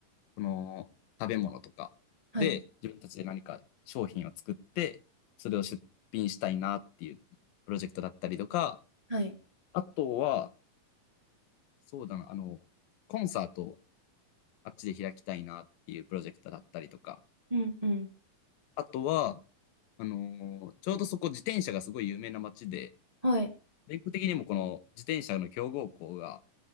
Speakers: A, on the left; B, on the right.
A: この食べ物とかで、
B: はい。
A: 自分たちで何か商品を作って、それを出品したいなっていうプロジェクトだったりとか、
B: はい。
A: あとは、そうだな、あの、コンサートをあっちで開きたいなっていうプロジェクトだったりとか、
B: うんうん。
A: あとは、あのーちょうどそこ自転車がすごい有名な街で、
B: はい。
A: 全国的にもこの自転車の強豪校が